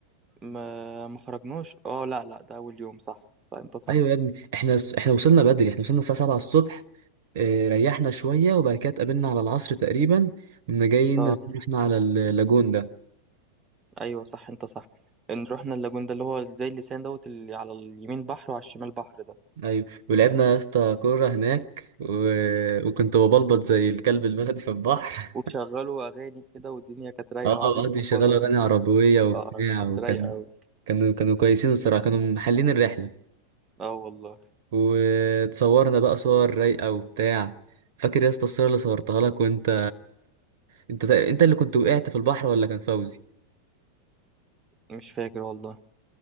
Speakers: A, on the right; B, on the right.
A: ما ما خرجناش اه لا لا ده اول يوم صح صح انت صح
B: ايوه يا ابني احنا احنا وصلنا بدري احنا وصلنا الساعه 7 الصبح آه، ريحنا شويه وبعد كده اتقابلنا على العصر تقريبا كنا جايين
A: اه
B: نزل- احنا على اللاجون ده
A: ايوه صح انت صح ان رحنا اللاجون ده اللي هو زي اللسان دوت اللي على اليمين بحر وعلى الشمال بحر ده
B: ايوه ولعبنا يا اسطى كوره هناك و... وكنت ببلبط زي الكلب البلدي في البحر
A: وشغلوا اغاني كده والدنيا كانت
B: <laughs>
A: رايقه
B: اه
A: وقعدوا
B: وقعدوا
A: يطبلوا
B: يشغلوا اغاني
A: لما كانت
B: عربيه وبتاع
A: اه كانت
B: وكان
A: رايقه قوي
B: كانوا كانوا كويسين الصراحه كانوا محلين الرحله
A: اه والله
B: وتصورنا بقى صور رايقه وبتاع فاكر يا اسطى الصوره اللي صورتها لك وانت انت انت اللي كنت وقعت في البحر ولا كان فوزي
A: مش فاكر والله